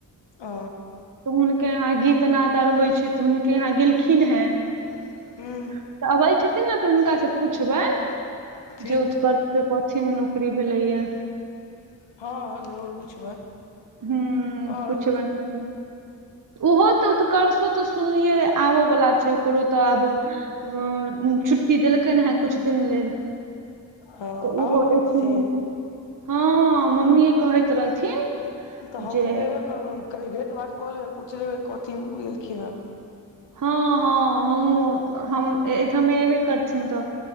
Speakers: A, on the left (about 75°); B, on the right (about 45°).
A: ओ।
B: तऽ हुनके यहाँ गीत नाद आर होइ छै तऽ हुनके यहाँ गेलखिन हे तऽ
A: हूँ
B: अबै छथिन ने तऽ हुनका सँ पूछबनि
A: ठीक
B: जे उत
A: ठीक
B: के कथि मे नौकरी भेलैये
A: हँ जरूर पुछबै
B: हूं
A: आउर।
B: पुछबनि हुनका ओहो तऽ उत्कर्षो तऽ सुनलियै रहए आबयवला छै, ओकरो तऽ आब आ चुटी देलक ने है कुछ दिन लेद
A: ओ,
B: तऽ ओहो
A: आबऽ बला
B: एथिन
A: छथिन
B: हँ मम्मी कहैत रहथिन
A: तऽ हमहुँ
B: जे
A: एबे करबै कनि भेट भाँट कऽ लेबै पूछि लेबै कथी गेलखिन हे
B: हँ हँ हम एहिठमे एबे करथिन तऽ।